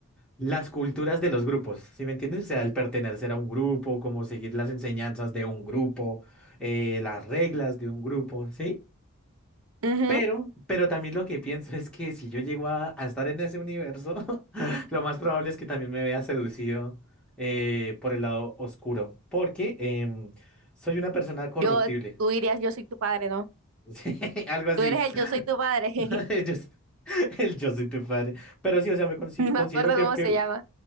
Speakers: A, in the centre; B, on the right.
A: las culturas de los grupos, ¿sí me entiendes? O sea, el pertenecer a un grupo, como seguir las enseñanzas de un grupo, eh, las reglas de un grupo, ¿sí?
B: Ujú.
A: Pero, pero también lo que pienso es que si yo llego a, a estar en ese universo, <laughs> lo más probable es que también me vea seducido eh, por el lado oscuro, porque em, soy una persona corruptible.
B: Yo, tú dirías, yo soy tu padre, ¿no?
A: Sí, <laughs> algo así.
B: Tú eres el yo soy tu padre, <laughs>
A: <laughs> Yo s- <laughs> el yo soy tu padre. Pero sí, o sea, me consi-
B: ni me
A: considero
B: acuerdo
A: que,
B: cómo
A: que,
B: se llama.